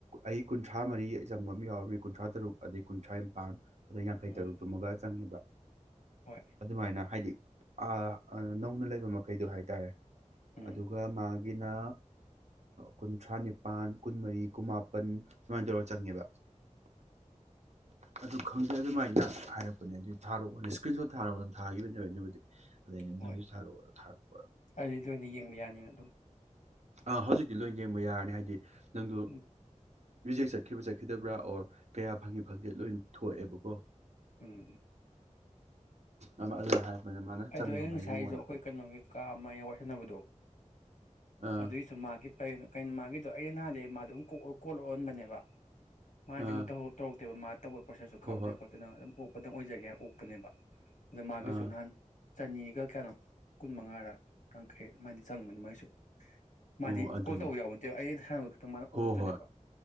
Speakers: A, on the right (about 60°); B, on the left (about 80°).
A: ꯑꯩ ꯀꯨꯟꯊ꯭ꯔꯥ ꯃꯔꯤ ꯆꯪꯕ ꯑꯃ ꯌꯥꯎꯔꯝꯃꯤ ꯀꯨꯟꯊ꯭ꯔꯥ ꯇꯔꯨꯛ ꯑꯗꯩ ꯀꯨꯟꯊ꯭ꯔꯥ ꯅꯤꯄꯥꯜ ꯑꯗ ꯌꯥꯡꯈꯩ
B: ꯎꯝ
A: ꯇꯔꯨꯛ ꯇꯨꯃꯒ ꯆꯪꯉꯦꯕ
B: ꯍꯣꯏ
A: ꯑꯗꯨꯃꯥꯏꯅ ꯍꯥꯏꯗꯤ ꯑ ꯅꯧꯅ ꯂꯩꯕ ꯃꯈꯩꯗꯣ ꯍꯥꯏꯇꯥꯔꯦ
B: ꯎꯝ
A: ꯑꯗꯨꯒ ꯃꯥꯒꯤꯅ ꯀꯨꯟꯊ꯭ꯔꯥ ꯅꯤꯄꯥꯥꯟ ꯀꯨꯟꯃꯔꯤ ꯀꯨꯟꯃꯥꯄꯟ ꯁꯨꯃꯥꯏ ꯇꯧꯔ ꯆꯪꯉꯦꯕ ꯑꯗꯨ ꯈꯪꯗꯦ ꯑꯗꯨꯃꯥꯏꯅ ꯍꯥꯏꯔꯛꯄꯅꯦ ꯑꯗꯨ ꯊꯥꯔꯛꯑꯣꯅꯦ ꯏꯁꯀ꯭ꯔꯤꯟ ꯁꯣꯠ ꯊꯥꯔꯛꯑꯣꯅ ꯊꯥꯈꯤꯕꯅꯦ ꯑꯩꯅꯕꯨꯗꯤ ꯑꯗꯩ ꯑꯩꯅ
B: ꯍꯣꯏ
A: ꯅꯪꯒꯤꯁꯨ ꯊꯥꯔꯛꯑꯣ ꯊꯥꯔꯛꯄ
B: ꯑꯗꯨꯗꯤ ꯂꯣꯏꯅ ꯌꯦꯡꯕ ꯌꯥꯅꯤꯅ ꯑꯗꯨꯝ
A: ꯑꯥ ꯍꯧꯖꯤꯛꯇꯤ ꯂꯣꯏ ꯌꯦꯡꯕ ꯌꯥꯔꯅꯤ ꯍꯥꯏꯗꯤ ꯅꯪꯗꯨ
B: ꯎꯝ
A: ꯔꯤꯖꯦꯛ ꯆꯠꯈꯤꯕ ꯆꯠꯈꯤꯗꯕ꯭ꯔꯥ ꯑꯣꯔ ꯀꯌꯥ ꯐꯪꯏ ꯐꯪꯗꯦ ꯂꯣꯏ ꯊꯣꯛꯑꯦꯕꯀꯣ
B: ꯎꯝ
A: ꯑꯃ ꯑꯗꯨꯅ ꯍꯥꯏꯔꯛꯄꯅꯤꯅ ꯃꯥꯅ
B: ꯑꯗꯨ
A: ꯆꯪꯉꯕ꯭ꯔꯥ
B: ꯑꯩꯅ ꯉꯁꯥꯏꯁꯨ
A: ꯌꯦꯡꯉꯣꯅ
B: ꯑꯩꯈꯣꯏ ꯀꯩꯅꯣꯒꯤ ꯀꯥ ꯑꯃ ꯋꯥꯔꯤ ꯁꯥꯟꯅꯕꯗꯨ
A: ꯑꯥ
B: ꯑꯗꯨꯏꯁꯨ ꯃꯥꯒꯤ ꯄ <unintelligible> ꯀꯩꯅꯣ ꯃꯥꯒꯤꯗꯣ ꯑꯩꯅ ꯅꯍꯥꯟꯗꯩ ꯃꯥ ꯑꯗꯨꯝ ꯀꯣꯜ ꯑꯣꯛꯍꯟꯕꯅꯦꯕ ꯃꯥꯗꯤ
A: ꯑꯥ
B: ꯃꯨꯛꯇ ꯇꯧꯔꯛꯇꯦꯕ ꯃꯥ ꯇꯧꯕ ꯄ꯭ꯔꯣꯁꯦꯁꯁꯨ
A: ꯍꯣꯏ
B: ꯈꯪꯗꯦ
A: ꯍꯣꯏ
B: ꯈꯣꯠꯇꯦ ꯅꯪ ꯑꯗꯨꯝ ꯑꯣꯛ ꯇꯪ ꯑꯣꯏꯖꯒꯦ ꯑꯣꯛꯄꯅꯦꯕ ꯑꯗ ꯃꯥꯒꯤꯁꯨ
A: ꯑꯥ
B: ꯅꯍꯥꯟ ꯆꯅꯤꯒ ꯀꯌꯥꯥꯅꯣ ꯀꯨꯟ ꯃꯉꯥꯔ ꯌꯥꯡꯈꯩꯔ ꯑꯗꯨꯃꯥꯏꯅ ꯆꯪꯕꯅꯤ ꯃꯥꯏꯁꯨ ꯃꯥꯗꯤ
A: ꯑꯣ ꯑꯗꯨꯅꯤ
B: ꯀꯣꯜ ꯇꯧꯕ ꯌꯥꯎꯕ ꯅꯠꯇꯦꯕ ꯑꯩ ꯁꯥꯟꯅꯕ ꯈꯛꯇꯪ ꯃꯥꯅ ꯑꯣꯛꯄ
A: ꯍꯣꯏ
B: ꯈꯛꯇꯅꯦꯕ
A: ꯍꯣꯏ